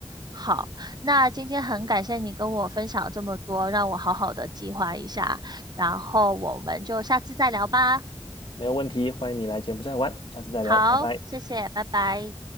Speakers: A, on the right; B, on the left.
A: 好，那今天很感谢你跟我分享这么多，让我好好的计划一下，然后我们就下次再聊吧。
B: 没有问题，欢迎你来柬埔寨玩，下次再聊，
A: 好，
B: 拜拜。
A: 谢谢，拜拜。